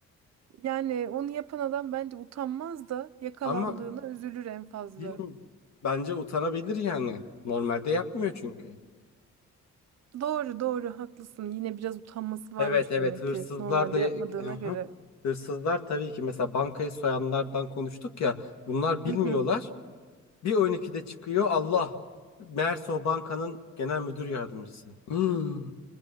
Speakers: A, on the right; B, on the left.
A: Yani onu yapan adam bence utanmaz da yakalandığına
B: Ama
A: üzülür en fazla.
B: Bilmiyorum. Bence utanabilir yani. Normalde yapmıyor çünkü.
A: Doğru doğru haklısın. Yine biraz utanması varmış
B: Evet evet
A: demek
B: hırsızlar
A: ki normalde
B: da
A: yapmadığına
B: Hı hı.
A: göre.
B: hırsızlar tabii ki mesela bankayı soyanlardan konuştuk ya bunlar bilmiyorlar.
A: Hı hı.
B: Bir 12'de çıkıyor Allah. Meğerse o bankanın genel müdür yardımcısı. Hmm.